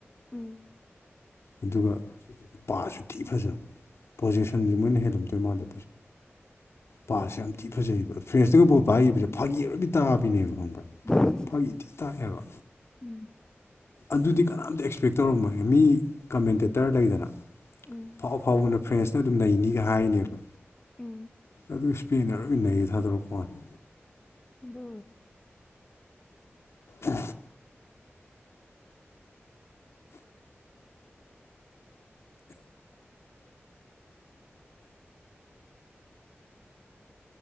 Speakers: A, on the left; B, on the left.
A: ꯎꯝ
B: ꯑꯗꯨꯒ ꯄꯥꯁꯨ ꯊꯤ ꯐꯖꯕ ꯄꯣꯖꯦꯁꯟꯁꯦ ꯃꯣꯏꯅ ꯍꯦꯜꯂꯝ ꯇꯣꯏ ꯃꯥꯗꯣ
A: <unintelligible>
B: ꯄꯥꯁꯦ ꯌꯥꯝ ꯊꯤ ꯐꯖꯩꯌꯦꯕ ꯐ꯭ꯔꯦꯁꯇꯒ ꯄꯣꯠ ꯄ ꯍꯥꯏꯈꯤꯕꯁꯦ ꯐꯥꯒꯤꯔꯣꯏꯗꯤ ꯇꯥꯕꯅꯦꯕ ꯈꯪꯗꯦ
A: ꯎꯝ
B: ꯐꯩꯗꯤ ꯇꯥꯏꯌꯦꯕ
A: ꯎꯝ
B: ꯑꯗꯨꯗꯤ ꯀꯅꯥꯝꯇ ꯑꯦꯛꯁꯄꯦꯛ ꯇꯧꯔꯝꯃꯒ ꯃꯤ ꯀꯃꯦꯟꯇꯦꯇꯔ ꯂꯩꯗꯅ
A: ꯎꯝ
B: ꯑꯥꯎ ꯑꯐꯥꯎꯕꯅ ꯐ꯭ꯔꯦꯟꯁꯅ ꯑꯗꯨꯝ ꯅꯩꯅꯤꯒ ꯍꯥꯏꯅꯦꯕ
A: ꯎꯝ
B: ꯑꯗꯨ ꯏꯁ꯭ꯄꯦꯟꯅꯔ ꯑꯣꯏꯅꯟꯅꯩ ꯊꯥꯗꯣꯔꯛꯄꯅꯤ
A: ꯗ
B: ꯑ